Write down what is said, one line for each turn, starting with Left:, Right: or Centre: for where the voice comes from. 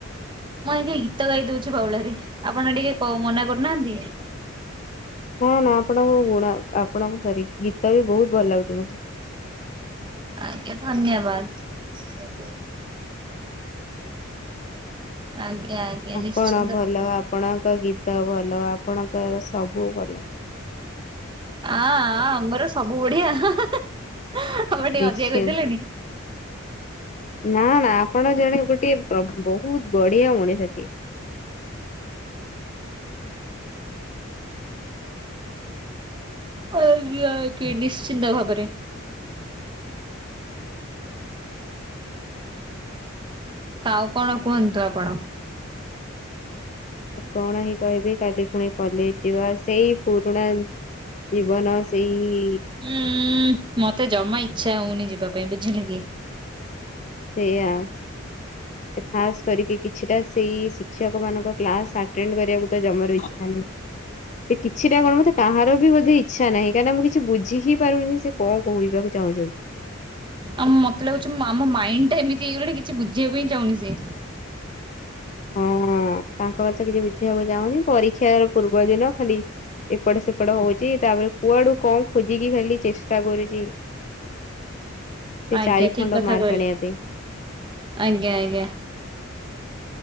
Right: ମୁଁ ଆଜ୍ଞା ଗୀତ ଗାଇ ଦୋଉଚି ବାଉଳାରେ ଆପଣ ଟିକେ କ ମନା କରୁନାହାନ୍ତି।
Left: ନା ନା ଆପଣଙ୍କ ଗୁଣ ଆପଣଙ୍କୁ ସରି ଗୀତ ବି ବହୁତ୍ ଭଲ ଲାଗୁଚି ମତେ।
Right: ଆଜ୍ଞା ଧନ୍ୟବାଦେ। ଆଜ୍ଞା ଆଜ୍ଞା
Left: ଆପଣ
Right: ନିଶ୍ଚିନ୍ତ
Left: ଭଲ
Right: ଭାବରେ।
Left: ଆପଣଙ୍କ ଗୀତ ଭଲ ଆପଣଙ୍କର ସବୁ ଭଲ।
Right: ଆଁ ଆଁ ଆମର ସବୁ ବଢିଆ ହା ହା ହା ହା ଆପଣ ଟିକେ
Left: ନିଶ୍ଚିନ୍ତ
Right: ଅଧିକା କହିଦେଲେନି।
Left: ନା ନା ଆପଣ ଜଣେ ଗୋଟି ଏ ପ୍ରଗ ବହୁତ୍ ବଢିଆ ମଣିଷଟି ଏ।
Right: ଆଜ୍ଞା କି ନିଶ୍ଚିନ୍ତ ଭାବରେ। ଆଉ କଣ କୁହନ୍ତୁ ଆପଣ?
Left: ଆଉ କଣ ହିଁ କହିବି କାଲି ପୁଣି କଲେଜେ ଯିବା ସେଇ ପୁରୁଣା ଜିବନ ସେଇ
Right: ଉଁ ମତେ ଜମା ଇଚ୍ଛା ହଉନି ଯିବା ପାଇଁ ବୁଝିଲେ କି?
Left: ସେଇୟା। ଖାସ୍ କରିକି କିଛିଟା ସେଇ ଶିକ୍ଷକ ମାନଙ୍କ କ୍ଲାସ୍ ଆଟେଣ୍ଡେ କରିବାକୁ ତ ଜମାରୁ ଇଛା ନାହିଁ। ଏଇ କିଛିଟା କଣ ହୋଉଚି କାହାର ବି ବଧେଇ ଇଛା ନାହିଁ କାହିନା ମୁଁ କିଛି ବୁଝି ହି ପାରୁନି ସେ କଣ କହିବାକୁ ଚାହୁଁଛନ୍ତି?
Right: ଆମ ମତେ ଲାଗୁଚି ଆମ ମାଇଣ୍ଡି ଟା ଏମିତି ହେଇଗଲାଣି କିଛି ବୁଝିବା ପାଇଁ ଚାହୁଁନି ସିଏ।
Left: ହଁ ତାଙ୍କ କଥା କିଛି ବୁଝିବାକୁ ଚାହୁଁନି ପରୀକ୍ଷା ପୂର୍ବ ଦିନ ଖାଲି ଏପଟ ସେପଟ ହୋଉଚି ତାପରେ କୁଆଡୁ କଣ ଖୋଜିକି ଖାଲି ଚେଷ୍ଟା କରୁଚି। ସେ
Right: ଆଜ୍ଞା
Left: ଚାରି
Right: ଠିକ
Left: ଖଣ୍ଡ
Right: କଥା
Left: ମାର୍କ
Right: କହିଲେ
Left: ଆଣିବା ପାଇଁ।
Right: ଆଜ୍ଞା ଆଜ୍ଞା।